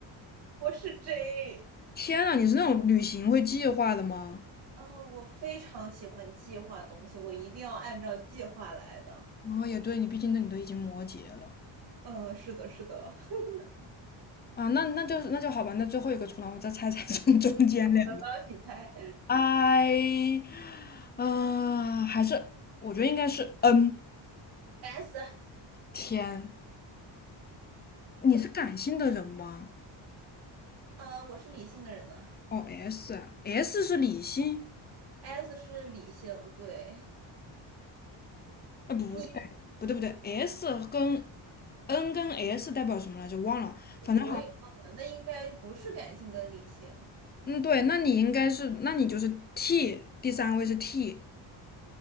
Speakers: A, on the right; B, on the left.
A: 我是 J。
B: 天呐，你是那种旅行会计划的吗？
A: 嗯，我非常喜欢计划东西，我一定要按照计划来的。
B: 哦，也对，你毕竟都你都已经摩羯了
A: 嗯，是的，是的。<laughs>
B: 啊，那那就是那就好吧，那最后一个出来，我再猜猜中 <laughs> 中间两个
A: 呃，你猜
B: ，I，啊、还是我觉得应该是 N。
A: S？
B: 天，你是感性的人吗？
A: 呃，我是理性的人呢、
B: 哦，S，S 是理性。
A: S 是理性，对。
B: 哎，不对，
A: 你
B: 不对，不对，S 跟 N 跟 S 代表什么来着？忘了，反正好，
A: 我也忘了，那应该不是感性跟理性。
B: 嗯，对，那你应该是，那你就是 T，第三位是 T，